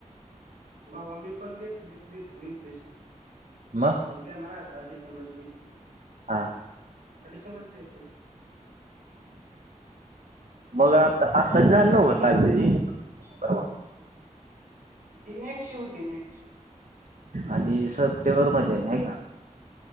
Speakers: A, on the right; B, on the right.
A: भावा मी पण तेच <unintelligible> देत होतो यूपीएससी.
B: मग?
A: म्हणजे देणारय आता डिसेंबरची.
B: हा.
A: आता डिसेंबरची देयची र.
B: मग आता आता झाली
A: एक
B: न्हव
A: दिली
B: काल
A: आम्ही
B: तुझी? परवा
A: ती नेटची होती नेटची.
B: आणि सप्टेंबर मध्ये हाय का?